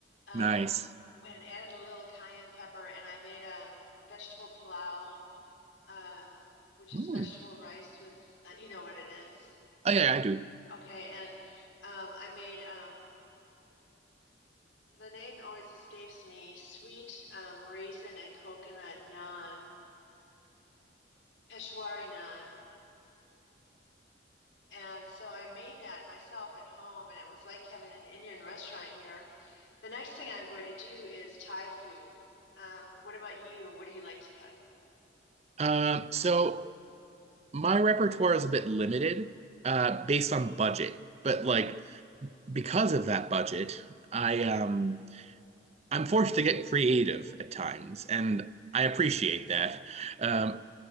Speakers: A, on the left; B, on the right.
A: um,
B: Nice.
A: and added a little cayenne pepper, and I made um vegetable pilau. uh, which
B: Hmm.
A: is vegetable rice with, uh, you know what it is.
B: Oh yeah, yeah, I do.
A: Okay, and um, I made um, the name always escapes me sweet um, raisin and coconut naan, Peshwari naan. And so I made that myself at home, and it was like having an Indian restaurant here. The next thing I'm going to do is Thai food. Um, what about you? What do you like to
B: Um, so my repertoire is a bit limited, uh, based on budget. But like because of that budget, I um I'm forced to get creative at times, and I appreciate that. Um,